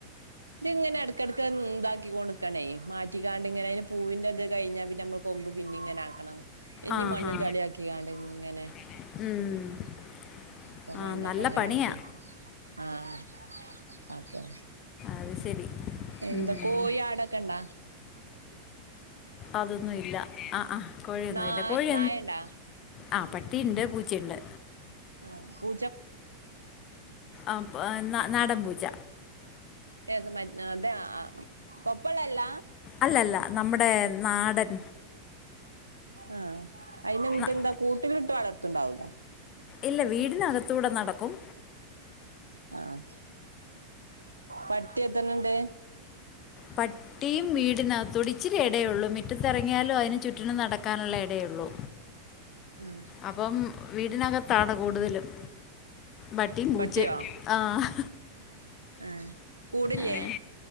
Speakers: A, on the right; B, on the left.
A: ഇത് ഇങ്ങനെ ഇടയ്ക്കടക്ക ഇതാക്കി കൊടുക്കണേ മാറ്റിക്കാണ്ട്ങ്ങനെ പൂവിൻന്റെത് കഴിഞ്ഞാ പിന്നെ നമ്മ കൊമ്പ് പിന്നെ ഇങ്ങനെ ആക്കണം ഇനി
B: ആ
A: മണ്ണും
B: ഹാ
A: ചളിയാക്കികാണ്ട് ഇങ്ങനെ
B: ഉം
A: അപ്പൊ
B: ആ
A: മണ്ണൊക്കെ
B: നല്ല
A: ങ്ങനെ
B: പണിയാ
A: ആക്കി ആഹ് അപ്പൊ
B: അത് ശരി
A: എന്താ
B: ഉം.
A: കോഴി ആടൊക്കെണ്ടാ
B: അതൊന്നു ഇല്ല ആഹ് ആഹ് കോഴിയൊന്നു
A: നാ
B: ഇല്ല കോഴി
A: നായണ്ടാ
B: ആഹ് പട്ടിയുണ്ട് പൂച്ചയുണ്ട്
A: ആഹ് പൂ
B: അപ് നാ നാടൻ പൂച്ച
A: ഏത് മ അതാ തൊപ്പള്ളല്ല
B: അല്ലല്ല. നമ്മുടെ നാടൻ.
A: ആ. അയിനെന്നട്ട്ന്താ
B: ന-
A: കൂട്ടിലിട്ട് വളർത്തണ്ടാവൂല.
B: ഇല്ല. വീടിനകത്തൂടെ നടക്കും.
A: ആഹ. പട്ടി എത്തർണണ്ട്?
B: പ ട്ടിയും വീടിനകത്തൂടി ച്ചിരി എടേ ഒള്ളൂ മിറ്റത്തെറങ്ങ്യാലും അയ്ന് ചുറ്റിനും നടക്കാന്ള്ള എടെയൊള്ളൂ.
A: ഉം.
B: അപ്പം വീടിനകത്താണ് കൂടുതലും. പട്ടിം പൂച്ചേം.
A: പട്ടിയോ
B: ആഹ്
A: ആഹ് കൂടില്ലേ
B: ആഹ്